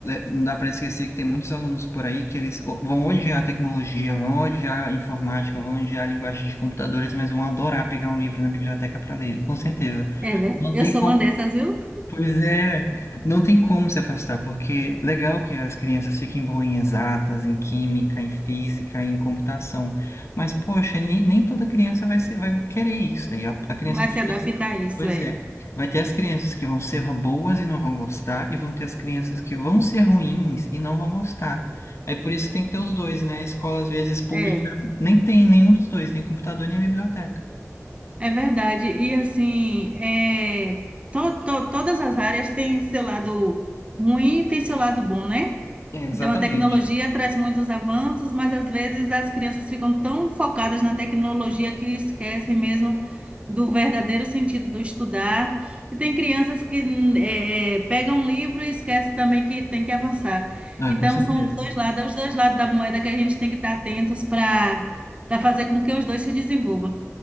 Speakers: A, on the left (about 55°); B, on the right (about 20°).
A: não dá para esquecer que tem muitos alunos por aí que eles o- vão odiar a tecnologia, vão odiar a informática, vão odiar a linguagem de computadores, mas vão adorar pegar um livro na biblioteca para ler, com certeza.
B: É verdade.
A: Não tem
B: Eu sou uma dessas, viu?
A: Pois é, não tem como se afastar, porque legal que as crianças fiquem boas em exatas, em química, em física, em computação, mas poxa, nem, nem toda criança vai ser, vai querer isso, daí a, a criança
B: Vai
A: pode
B: se adaptar
A: dar...
B: a isso,
A: Pois
B: é.
A: é, vai ter as crianças que vão ser boas e não vão gostar, e vão ter as crianças que vão ser ruins e não vão gostar. Aí por isso que tem que ter os dois, né? A escola, às vezes, pública,
B: É.
A: nem tem nenhum dos dois, nem computador, nem biblioteca.
B: É verdade. E assim, é, to- to- todas as áreas têm seu lado ruim e tem seu lado bom, né?
A: É, exatamente.
B: Então a tecnologia traz muitos avanços, mas às vezes as crianças ficam tão focadas na tecnologia que esquecem mesmo do verdadeiro sentido do estudar. E tem crianças que hum, é, pegam um livro e esquecem também que tem que avançar.
A: Ah,
B: Então
A: com certeza.
B: são os dois lados, é os dois lados da moeda que a gente tem que estar atentos para para fazer com que os dois se desenvolvam.